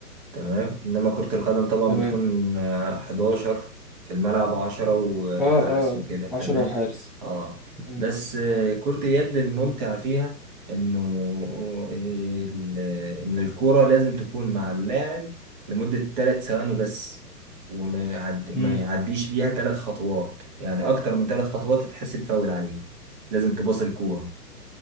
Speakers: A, on the right; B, in the centre.
A: تمام انما كرة القدم طبعا
B: تمام
A: بتكون آه، 11 في الملعب 10 وحارس
B: اه اه
A: وكده تمام
B: عشرة وحارس
A: اه
B: امم
A: بس آه، كرة اليد الممتع فيها انه آه، ال- ان الكرة لازم تكون مع اللاعب لمدة 3 ثواني بس وما يعد... ما
B: امم
A: يعديش بيها 3 خطوات يعني اكتر من 3 خطوات تتحسب فاول عليك لازم تباص الكورة